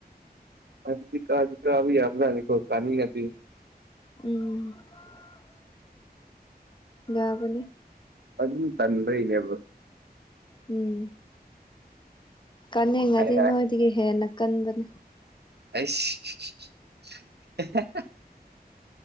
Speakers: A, on the right; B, on the left.
A: UNINTELLIGIBLE
B: ꯎꯝ ꯌꯥꯕ
A: ꯑꯗꯨꯝ ꯇꯟꯕꯩꯅꯦꯕ
B: ꯎꯝ ꯀꯅꯤꯡꯉꯗꯤ
A: ꯑꯩ
B: ꯅꯣꯏꯗꯒꯤ ꯍꯦꯟꯅ ꯀꯟꯕꯅꯦ
A: ꯑꯁ